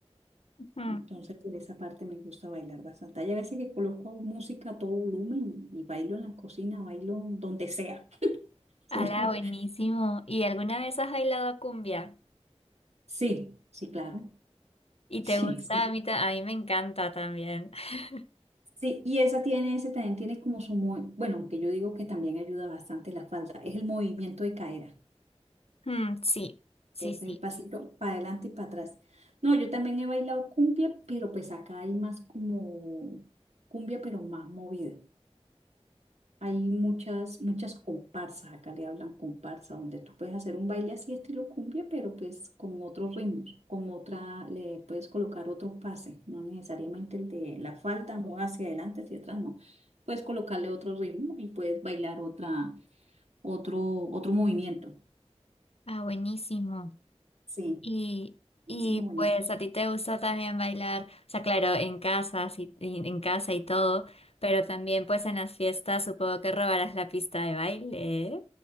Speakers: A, on the left; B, on the right.
A: Ujú.
B: entonces por esa parte me gusta bailar bastante. Hay a veces que coloco música a todo volumen y, y bailo en la cocina, bailo donde sea. <laughs> Eso
A: Ala,
B: no-
A: buenísimo. ¿Y alguna vez has bailado cumbia?
B: Sí, sí, claro,
A: ¿Y
B: sí,
A: te gusta?
B: sí.
A: A mí, ta- a mí me encanta también. <laughs>
B: Sí, y esa tiene, ese también tiene como su, mo- bueno, que yo digo que también ayuda bastante la falda, es el movimiento de cadera,
A: Mm, sí, sí,
B: es
A: sí.
B: el pasito para adelante y para atrás. No, yo también he bailado cumbia, pero pues acá hay más como cumbia, pero más movida. Hay muchas, muchas comparsas, acá le hablan comparsa, donde tú puedes hacer un baile así estilo cumbia, pero pues con otros ritmos, con otra, le puedes colocar otro pase, no necesariamente el de la falda, no hacia adelante, hacia atrás, no. Puedes colocarle otro ritmo y puedes bailar otra, otro, otro movimiento.
A: Ah, buenísimo.
B: Sí,
A: Y,
B: buenísimo,
A: y
B: buenísimo.
A: pues a ti te gusta también bailar, o sea, claro, en casa, sí, y- en casa y todo, pero también pues en las fiestas supongo que robarás la pista de baile, ¿eh?